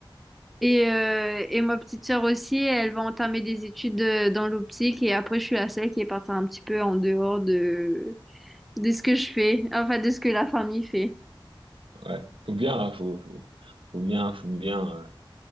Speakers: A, in the centre; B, on the right (about 75°).
A: Et, euh, et ma petite sœur aussi, elle va entamer des études euh, dans l'optique. Et après, je suis la seule qui est partie un petit peu en dehors de, de ce que je fais, enfin, de ce que la famille fait.
B: ouais. Faut bien, hein, faut, faut, faut bien, faut bien euh,